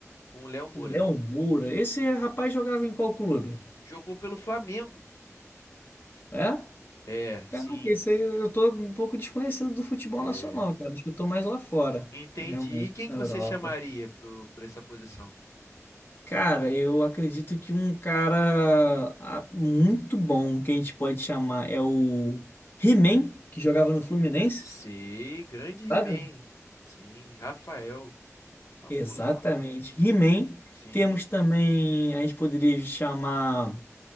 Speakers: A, on the left (about 70°); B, on the left (about 40°).
A: com o Léo Moura.
B: Léo Moura, esse rapaz jogava em qual clube?
A: Jogou pelo Flamengo.
B: É?
A: É, sim.
B: Caraca, isso aí eu tô um pouco desconhecido do futebol
A: É,
B: nacional, cara. Acho que eu tô mais lá fora,
A: Entendi.
B: realmente,
A: E quem
B: na
A: que você
B: Europa.
A: chamaria pro, por essa posição?
B: Cara, eu acredito que um cara ah, muito bom que a gente pode chamar é o He-Man, que jogava no Fluminense,
A: Sei, grande He-Man.
B: sabe?
A: Sim, Rafael, famoso.
B: Exatamente. He-Man.
A: Sim,
B: Temos também, a gente poderia chamar.